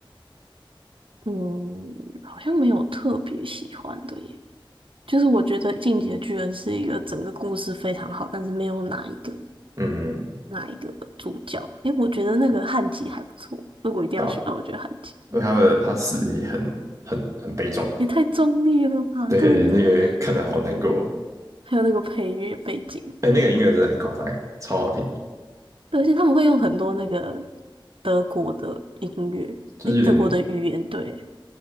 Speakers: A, on the right (about 75°); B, on the right (about 40°).
A: 嗯，好像没有特别喜欢的耶。就是我觉得《进击的巨人》是一个整个故事非常好，但是没有哪一个
B: 嗯，
A: 哪一个主角。诶，我觉得那个汉吉还不错。如果一定要选的话，
B: 对吧？
A: 那我觉得汉吉。
B: 因为他的他死得也很很很悲壮，
A: 也太壮烈了吧？
B: 对，
A: 对呀、
B: 那个看得好难过。
A: 还有那个配乐背景，
B: 哎，那个音乐真的很夸张欸，超好听，
A: 对而且他们会用很多那个德国的音乐，
B: 就是有点
A: 诶，德国的语言，对，